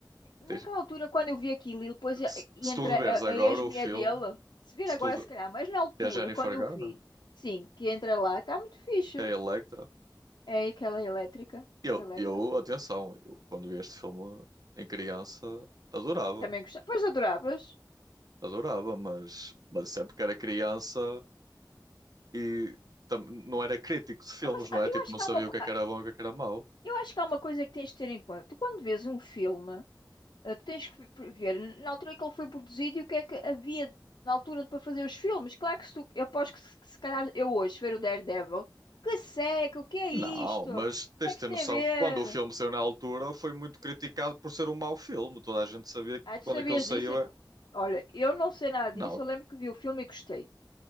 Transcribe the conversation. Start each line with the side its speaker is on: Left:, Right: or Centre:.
Left: naquela
Right: Tens-
Left: altura, quando eu vi aquilo e depois e-
Right: Se,
Left: e
Right: se
Left: entra
Right: tu reveres
Left: a,
Right: agora
Left: a ex-mulher
Right: o filme,
Left: dele, se vir
Right: se
Left: agora,
Right: tu re-
Left: se calhar, mas na altura,
Right: que é a Jennifer
Left: quando eu
Right: Garner,
Left: vi, sim, que entra lá, está muito fixe.
Right: que é a Electra,
Left: É aquela elétrica,
Right: eu,
Left: elétrica.
Right: eu, atenção, eu quando vi este filme em criança adorava,
Left: Também gostava. Pois adoravas.
Right: adorava, mas, mas sempre que era criança e tam- não era crítico de filmes,
Left: Mas
Right: não
Left: ah,
Right: é?
Left: eu
Right: Tipo,
Left: acho
Right: não
Left: que
Right: sabia
Left: há uma, co-
Right: o que é
Left: ah,
Right: que era bom e o que é que era mau.
Left: eu acho que há uma coisa que tens de ter em conta. Tu, quando vês um filme, ah, tu tens que ver ver na altura em que ele foi produzido e o que é que havia na altura para fazer os filmes. Claro que se tu, eu aposto que se, que se calhar eu hoje ver o Daredevil, que seca, o que é isto?
Right: Não, mas
Left: O
Right: tens
Left: que é
Right: de
Left: que
Right: ter
Left: isto
Right: noção
Left: tem a ver?
Right: que quando o filme saiu na altura foi muito criticado por ser um mau filme. Toda a gente sabia que
Left: Ah, tu
Right: quando
Left: sabias
Right: aquilo saiu
Left: disso? Enqu-
Right: é
Left: Olha, eu não sei nada disso,
Right: Não,
Left: eu lembro que vi o filme e gostei.